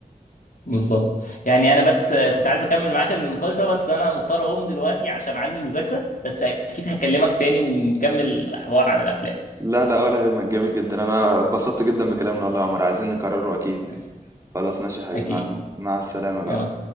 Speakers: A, on the left; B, on the right.
A: بالظبط يعني انا بس كنت عايز اكمل معاك النقاش ده بس انا مضطر اقوم دلوقتي عشان عندي مذاكرة بس اكيد هكلمك تاني ونكمل الحوار عن الافلام
B: لا لا ولا يهمك جميل جدا أنا اتبسطت جدا بكلامنا والله يا عمر عايزين نكرره أكيد
A: ماشي.
B: خلاص ماشي يا حبيبي
A: اكيد
B: مع, مع السلامة بقى
A: يلا